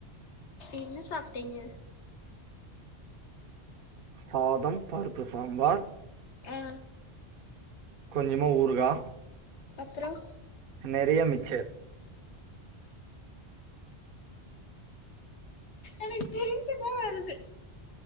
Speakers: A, on the left; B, on the right.
A: என்ன சாப்ட்டீங்க
B: சாதம் பருப்பு சாம்பார்
A: ஆ
B: கொஞ்சமா ஊருகா
A: அப்பற
B: நெறைய மிச்சர்
A: எனக்கு சிரிப்புதா வருது